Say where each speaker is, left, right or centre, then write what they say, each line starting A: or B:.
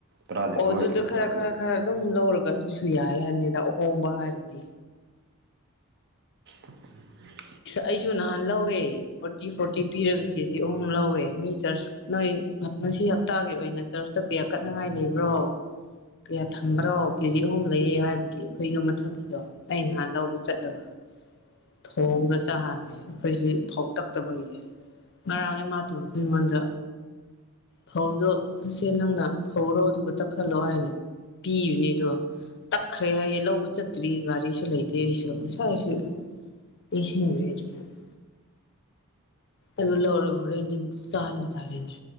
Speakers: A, on the right (about 50°); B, on the left (about 55°).
A: ꯇꯔꯥꯅꯤꯊꯣꯏ
B: ꯑꯣ ꯑꯗꯨꯗ
A: ꯀꯔꯤ
B: ꯈꯔ
A: ꯀꯔꯥ ꯑꯗꯨꯗꯤ
B: ꯈꯔ ꯈꯔ ꯑꯗꯨꯝ ꯂꯧꯔꯒ ꯑꯗꯨꯁꯨ ꯌꯥꯏ ꯍꯥꯏꯕꯅꯤꯗ ꯑꯍꯣꯡꯕ ꯍꯥꯏꯔꯗꯤ
A: ꯎꯝ <unintelligible>
B: ꯑꯩꯁꯨ ꯅꯍꯥꯟ ꯂꯧꯋꯦ ꯐꯣꯔꯇꯤ ꯐꯣꯔꯇꯤ ꯄꯤꯔꯒ ꯀꯦ ꯖꯤ ꯑꯍꯨꯝ ꯂꯧꯋꯦ ꯃꯤ ꯆꯔꯆ ꯅꯣꯏ ꯉꯁꯤ ꯍꯞꯇꯥꯒꯤ ꯑꯣꯏꯅ ꯆꯔꯆꯇ ꯀꯌꯥ ꯑꯀꯠꯅꯉꯥꯏ ꯂꯩꯕ꯭ꯔꯣ ꯀꯌꯥ ꯊꯝꯕ꯭ꯔꯣ ꯀꯦꯖꯤ ꯑꯍꯨꯝ ꯂꯩꯌꯦ ꯍꯥꯏꯕꯒꯤ ꯑꯩꯈꯣꯏ ꯌꯨꯝ ꯃꯊꯛꯀꯤꯗꯣ ꯑꯩ ꯅꯍꯥꯟ ꯂꯧꯕ ꯆꯠꯂꯒ ꯊꯣꯡꯒ ꯆꯥꯍꯜꯔꯦ ꯑꯩꯈꯣꯏꯁꯤ ꯊꯧꯇꯛꯇꯕꯒꯤ ꯉꯔꯥꯡꯈꯩ ꯃꯥꯇꯣꯟ ꯑꯩꯈꯣꯏ ꯑꯩꯉꯣꯟꯗ ꯐꯧꯗꯣ ꯏꯆꯦ ꯅꯪꯅ ꯐꯧꯔꯣ ꯑꯗꯨꯒ ꯇꯛꯈꯠꯂꯣ ꯍꯥꯏꯅ ꯄꯤꯕꯅꯦꯗꯣ ꯇꯛꯈ꯭ꯔꯦ ꯍꯥꯏꯌꯦ ꯂꯧꯕ ꯆꯠꯇ꯭ꯔꯤ ꯒꯥꯔꯤꯁꯨ ꯂꯩꯇꯦ ꯑꯩꯁꯨ ꯉꯁꯥꯏꯁꯨ ꯄꯁ ꯑꯗ꯭ꯔꯦꯖꯅ <unintelligible> ꯑꯗꯨ ꯂꯧꯔ ꯍꯧꯔꯦꯟꯗꯤ ꯑꯃꯨꯛ ꯇꯥꯍꯟꯕ ꯇꯥꯔꯦꯅꯦ